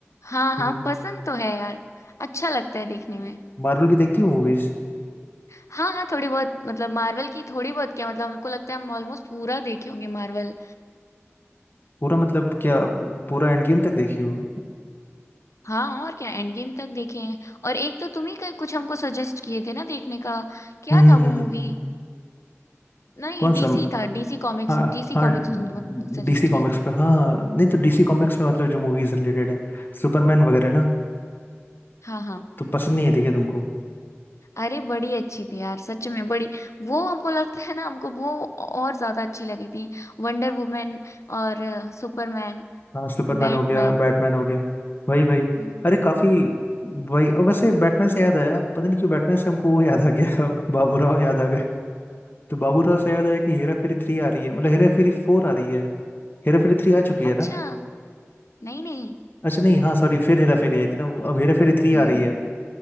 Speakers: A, on the left; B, on the left.
A: हाँ हाँ
B: हम्म
A: पसंद तो है यार अच्छा लगता है देखने में
B: मार्वल की देखती हो मूवीज
A: हाँ हाँ थोड़ी बहुत मतलब मार्वल की थोड़ी बहुत क्या मतलब हमको लगता है हम ऑलमोस्ट पूरा देखे होंगे मार्वल
B: पूरा मतलब क्या पूरा एंड गेम तक देखी हो हम्म
A: हाँ और क्या एंड गेम तक देखे हैं और एक तो तुम ही क- कुछ हमको सजेस्ट किए थे ना देखने का क्या
B: हम्म
A: था
B: हम्म,
A: वो
B: हम्म।
A: मूवी नहीं
B: कौन
A: डीसी
B: सा
A: था डीसी कॉमिक्स
B: हाँ
A: डीसी
B: हाँ
A: कॉमिक्स तुम सजेस्ट
B: डीसी कॉमिक्स
A: किए थे
B: पे हाँ हाँ नहीं तो डीसी कॉमिक्स
A: हम्म।
B: में मतलब जो मूवीज रिलेटेड है सुपरमैन वगैरह ना
A: हाँ हाँ
B: तो पसंद नहीं है ठीक है तुमको
A: अरे बड़ी अच्छी थी यार सच में बड़ी वो हमको लगता है ना हमको वो और ज्यादा अच्छी लगी थी वंडर वुमेन और अ, सुपरमैन
B: हाँ सुपरमैन
A: बैटमैन
B: हो गया बैटमैन हो गया वही वही
A: हम्म
B: अरे काफी वही और वैसे बैटमैन से याद आया पता नहीं क्यों बैटमैन से हमको वो याद आ गया <laughs> बाबूराव याद आ गए तो बाबूराव से याद आया कि हेरा फेरी थ्री आ रही है मतलब हेरा फेरी फोर आ रही है हेरा फेरी थ्री आ चुकी है
A: अच्छा
B: ना
A: नहीं नहीं
B: अच्छा नहीं हाँ सॉरी फिर हेरा फेरी आई थी ना वो अब हेरा फेरी थ्री
A: हम्म
B: आ रही
A: हम्म
B: है